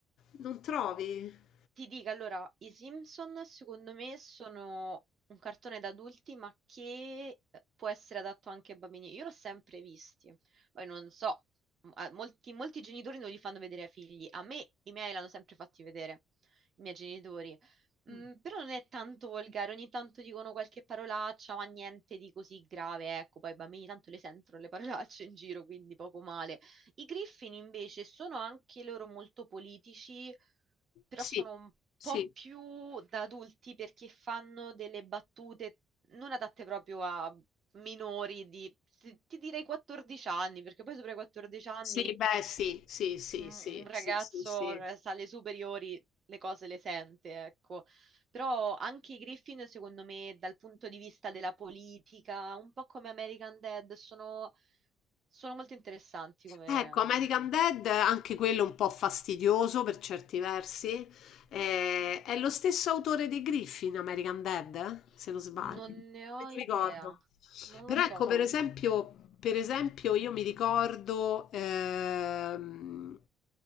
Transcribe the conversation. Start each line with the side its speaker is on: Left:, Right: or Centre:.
Left: non trovi?
Right: Ti dico allora, i Simpson secondo me sono un cartone da adulti, ma che eh, può essere adatto anche ai bambini. Io l'ho sempre visti, poi non so, m- a- molti, molti genitori non li fanno vedere ai figli. A me i miei l'hanno sempre fatti vedere, i miei genitori.
Left: Mm.
Right: Mm, però non è tanto volgare, ogni tanto dicono qualche parolaccia, ma niente di così grave, ecco, poi i bambini tanto le sentono le parolacce in giro, quindi poco male. I Griffin invece sono anche loro molto politici, però
Left: Sì,
Right: sono un
Left: sì,
Right: po' più da adulti perché fanno delle battute non adatte proprio a minori di, ti ti direi 14 anni, perché poi sopra i 14 anni
Left: sì, beh, sì, sì, sì,
Right: un,
Left: sì,
Right: un ragazzo
Left: sì, sì, sì.
Right: eh, sa le superiori, le cose le sente, ecco. Però anche i Griffin, secondo me, dal punto di vista della politica, un po' come American Dad, sono, sono molto interessanti come,
Left: Ecco, American Dead, anche quello un po' fastidioso per certi versi. Eh, è lo stesso autore di Griffin, American Dead, eh? se non sbaglio.
Right: Non
Left: Non me
Right: ne ho
Left: lo
Right: idea,
Left: ricordo.
Right: non
Left: Però
Right: lo so.
Left: ecco, per esempio, per esempio io mi ricordo ehm,